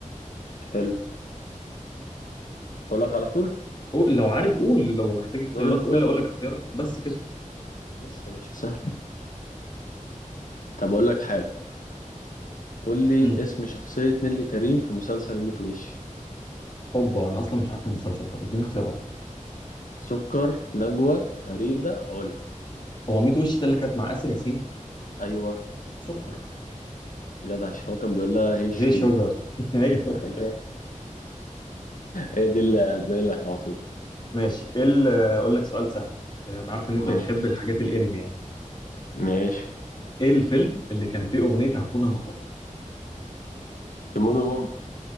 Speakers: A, on the left; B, on the left.
A: حلو اقول لك على طول
B: قول لو عارف قول لو محتاج اختيارات
A: نور النبوي
B: قول لي اقول لك اختيارات بس كده
A: بس يا باشا سهل طب اقول لك حاجة قول لي
B: امم
A: اسم شخصية نيللي كريم في مسلسل ميت وش
B: هوبا انا اصلا مش عارف المسلسل طب اديني اختيارات
A: سكر نجوى فريدة علا
B: هو 100 وش ده اللي كانت مع اسر ياسين
A: ايوه
B: سكر
A: جدع عشان هو كان بيقول لها هي الشوجر
B: هي شجر <laughs> ايوه
A: ايوه هي دي اللي هتبين لك على طول
B: ماشي ايه ال- اقول لك سؤال سهل انا عارف ان انت
A: ماشي
B: بتحب الحاجات الانمي يعني
A: ماشي
B: ايه الفيلم اللي كان فيه اغنيه هاكونا ماتاتا
A: تيمون وبومبا